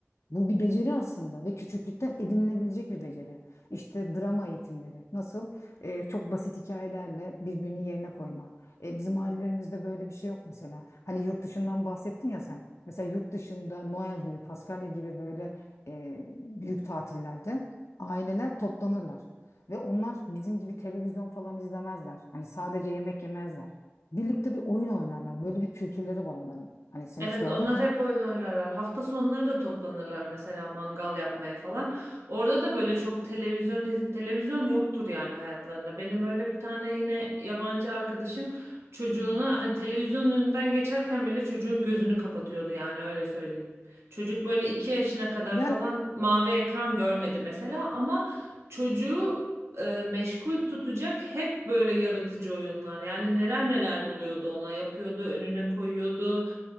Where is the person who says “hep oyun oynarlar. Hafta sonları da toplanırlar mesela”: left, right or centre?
Right